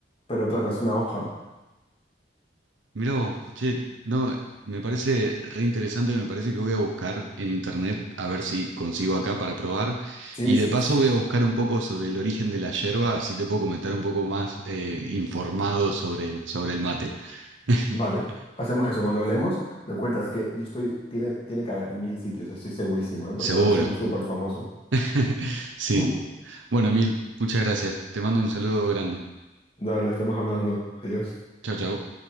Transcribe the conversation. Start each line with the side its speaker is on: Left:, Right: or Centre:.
Left: Pero claro, es una hoja.
Right: Mirá vos, che, no, me parece re interesante, me parece que voy a buscar en internet a ver si consigo acá para probar.
Left: Sí,
Right: Y
Left: sí,
Right: de paso
Left: sí.
Right: voy a buscar un poco sobre el origen de la yerba, así te puedo comentar un poco más eh, informado sobre, sobre el mate. <laughs>
Left: Vale. Hacemos eso. Cuando hablemos, me cuentas que yo estoy, tiene, tiene que haber mil sitios, estoy segurísimo, ¿eh? Porque
Right: Seguro.
Left: ahora somos súper famosos.
Right: <laughs> Sí.
Left: <laughs>
Right: Bueno, Emil, muchas gracias. Te mando un saludo grande.
Left: Dale, estamos hablando. Adiós.
Right: Chao, chao.